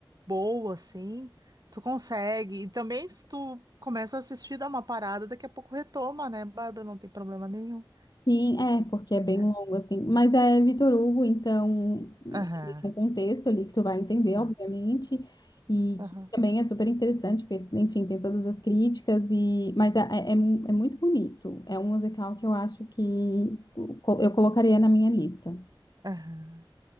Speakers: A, on the right; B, on the left.
A: boa, assim, tu consegue. E também, se tu começa a assistir, dá uma parada, daqui a pouco retoma, né, Bárbara? Não tem problema nenhum.
B: Sim, é, porque é bem
A: É.
B: longo, assim. Mas é Vitor Hugo, então
A: Aham,
B: existe um contexto ali que tu vai entender, obviamente,
A: aham,
B: e
A: aham.
B: que também é super interessante, porque, enfim, tem todas as críticas, e mas é, é, é mu- é muito bonito. É um musical que eu acho que co- eu colocaria na minha lista.
A: aham.